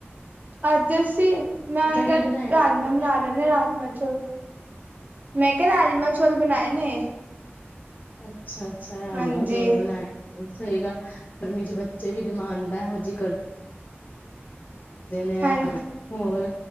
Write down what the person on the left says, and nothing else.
ਕੀ ਬਣਾਇਆ
ਸੀ ਤੁਸੀਂ
ਫਿਰ?
ਅੱਛਾ-ਅੱਛਾ ਰਾਜਮਾਂ
ਚੌਲ ਬਣਾਏ। ਸਹੀ ਗਲ ਗਰਮੀ ਚ ਬੱਚੇ ਵੀ ਡਿਮਾਂਡਾ ਹੈ, ਇਹੋ ਜਿਹੀ ਕਰ ਕਰਦੇ ਨੇ
ਇਹ ਖਾਣਾ ਹੋਰ